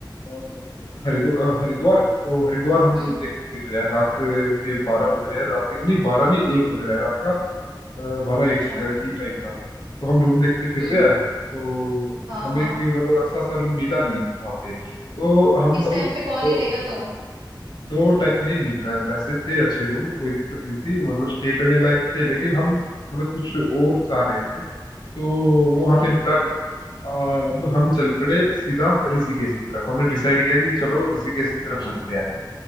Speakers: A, on the left; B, on the right.
A: अ, हरिद्वार अ, हरिद्वार तो हरिद्वार हम
B: हम्म
A: रूम देखते फिर रहे हैं रात के बारह बज रहे हैं रात के नहीं बारह नहीं एक बज रहा है रात का बारह
B: अच्छा
A: एक ही टाइम था तो हम रूम देखते फिर
B: हम्म
A: रहे हैं तो
B: हाँ
A: हमें
B: हाँ
A: कोई मतलब अच्छा सा रूम मिला नहीं वहाँ पे तो हम
B: इस
A: मतलब
B: टाइम पे कौन
A: दो,
B: ही देगा
A: दो,
B: तो
A: दो टाइम नहीं नहीं अ, वैसे थे अच्छे रूम कोई दिक्कत नहीं थी मतलब स्टे करने लायक थे लेकिन हम मतलब कुछ और चाह रहे थे तो वो
B: अच्छा
A: हमें मिला नहीं अ, अब हम चल पड़े सीधा ऋषिकेश की तरफ हमने डिसाइड किया कि चलो ऋषिकेश की तरफ चलते हैं